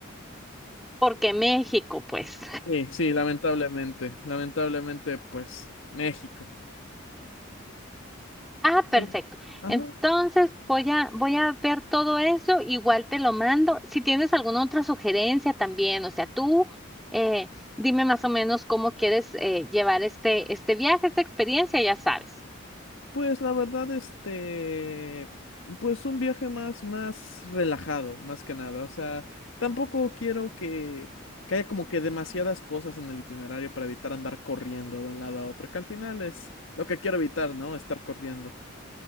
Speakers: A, in the centre; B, on the left.
A: Porque México, pues.
B: Sí, sí, lamentablemente, lamentablemente pues México.
A: Ah, perfecto.
B: Tal- Ajá.
A: Entonces voy a voy a ver todo eso, igual te lo mando. Si tienes alguna otra sugerencia también, o sea, tú eh, dime más o menos cómo quieres eh, llevar este este viaje, esta experiencia, ya sabes.
B: Pues la verdad, este, pues un viaje más, más relajado, más que nada. O sea, tampoco quiero que, que haya como que demasiadas cosas en el itinerario para evitar andar corriendo de un lado a otro, que al final es lo que quiero evitar, ¿no? Estar corriendo.